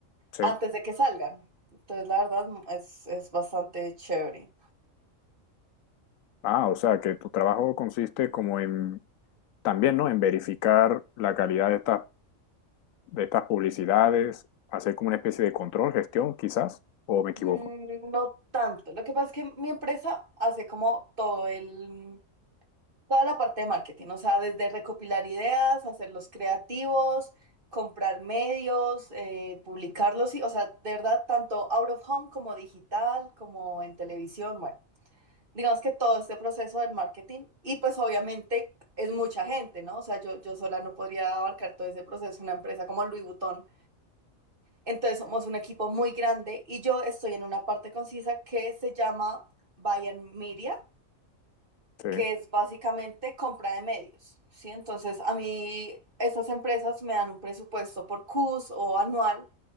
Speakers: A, on the left; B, on the right.
A: Sí.
B: antes de que salgan. Entonces, la verdad mm, es, es bastante chévere.
A: Ah, o sea, que tu trabajo consiste como en... También, ¿no? En verificar la calidad de estas, de estas publicidades, hacer como una especie de control, gestión, quizás, o me equivoco.
B: Mm, No tanto. Lo que pasa es que mi empresa hace como todo el, Toda la parte de marketing, o sea, desde recopilar ideas, hacerlos creativos, comprar medios, eh, publicarlos, y, o sea, de verdad, tanto out of home como digital, como en televisión, bueno, digamos que todo este proceso del marketing y pues obviamente es mucha gente, ¿no? O sea, yo, yo sola no podría abarcar todo ese proceso, una empresa como Louis Vuitton. Entonces somos un equipo muy grande y yo estoy en una parte concisa que se llama Buy and Media
A: Sí.
B: que es básicamente compra de medios, ¿sí? Entonces, a mí esas empresas me dan un presupuesto por CUS o anual